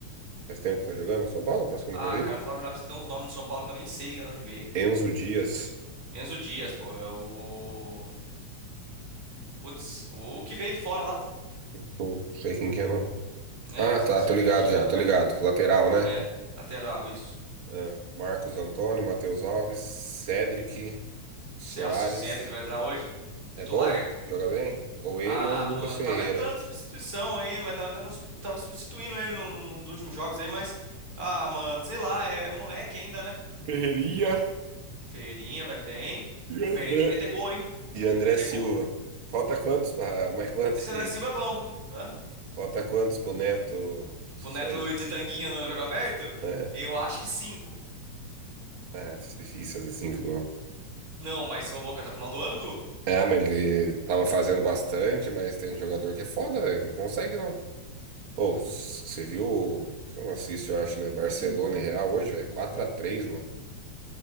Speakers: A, on the right; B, on the right.
A: Faz tempo que tá jogando no São Paulo? Parece que
B: Ah,
A: eu nunca vi.
B: cara, falar a verdade pra você, tem uns nomes do São Paulo que eu nem sei de onde veio.
A: Enzo Dias,
B: Enzo Dias, pô, é o... Putz, o que veio de fora lá, pô.
A: não sei quem que é não.
B: É,
A: Ah,
B: sei
A: tá,
B: lá se
A: tô
B: é argentino,
A: ligado já, tô
B: né?
A: ligado. Lateral, né?
B: É, lateral, isso.
A: Ah, Marcos Antônio, Matheus Alves, Cedric, Soares.
B: Se- Nossa, o Cedric vai entrar hoje? Titular?
A: É bom? Joga bem? Ou
B: Ah,
A: ele ou o Lucas
B: mano,
A: Ferreira.
B: tava entrando substituição aí, mas tava entrando, sub- tava substituindo ele no, no- nos últimos jogos aí, mas. Ah, mano, sei lá, é, é moleque ainda, né?
A: Ferreirinha
B: Ferreirinha vai bem.
A: e
B: O
A: André.
B: Ferreirinha tem que meter gol, hein?
A: E
B: Tem
A: André
B: que meter
A: Silva.
B: gol, pô.
A: Falta quantos? pra- mais quantos
B: Esse
A: que.
B: da Silva é bom, viu? Hã?
A: Falta quantos pro Neto sair?
B: Pro Neto de Tanguinha no jogo aberto?
A: <laughs>
B: Eu acho que cinco.
A: Ah, tá difícil fazer cinco gols.
B: Não, mas ô louco, até o final do ano, Du?
A: É, mas ele tava fazendo bastante, mas tem jogador que é foda, velho. Não consegue, não. Ou, você viu. o- Não assisto, eu acho, né? Barcelona e Real hoje, velho. quatro a três, mano.